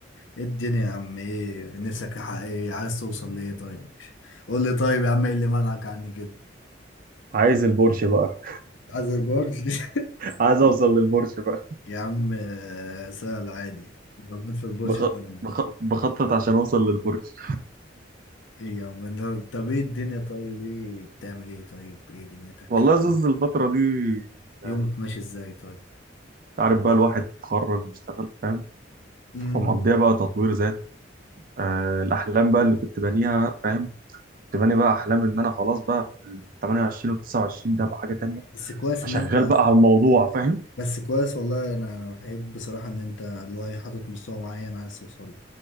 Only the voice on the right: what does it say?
عايز البورش بقى
عايز اوصل للبورش بقى
بخط...
بخ... بخطط عشان اوصل للبورش
والله
يا زوز الفترة دي يعني
انت عارف بقى الواحد اتخرج واشتغل فاهم
فمقضيها بقى تطوير ذات آه، الاحلام بقى اللي كنت بانيها فاهم كنت باني بقى احلامي ان انا خلاص بقى في ال 28 وال 29 ده بقى حاجه تانية
فشغال
بقى على الموضوع فاهم